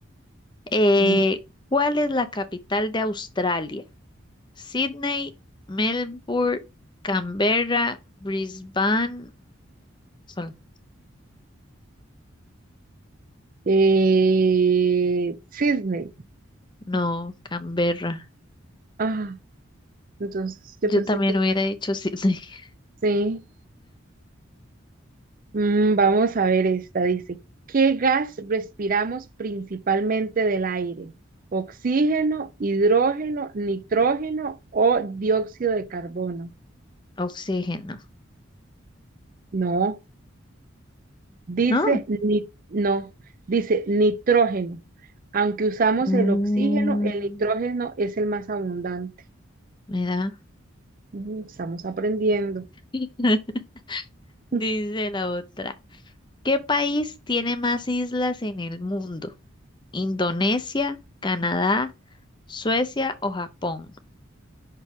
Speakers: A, on the left (about 20°); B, on the right (about 40°).
A: Eh,
B: Ujú.
A: ¿cuál es la capital de Australia? Sydney, Melbourne, Canberra, Brisbane. Sol-
B: Eh, Sydney.
A: No, Canberra.
B: Ah, entonces yo
A: Yo
B: pensé
A: también
B: que
A: hubiera dicho sí- <laughs>
B: sí. Mm, vamos a ver esta, dice, ¿qué gas respiramos principalmente del aire? ¿Oxígeno, hidrógeno, nitrógeno o dióxido de carbono?
A: oxígeno,
B: No, dice
A: ¿no?
B: ni- no, dice nitrógeno. Aunque usamos
A: Mm,
B: el oxígeno, el nitrógeno es el más abundante.
A: mira,
B: Mm, estamos aprendiendo.
A: <laughs> dice
B: <laughs>
A: la otra. ¿Qué país tiene más islas en el mundo? ¿Indonesia, Canadá, Suecia o Japón?